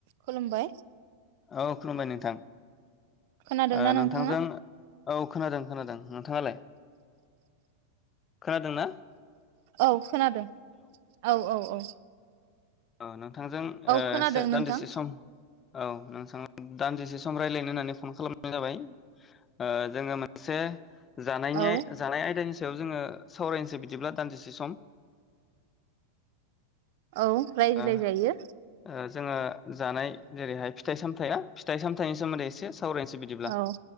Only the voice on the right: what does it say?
खुलुमबाय
खोनादोंना
नोंथाङा
औ खोनादों औ औ औ औ
खोनादों
नोंथां
औ
औ रायज्लायजायो
औ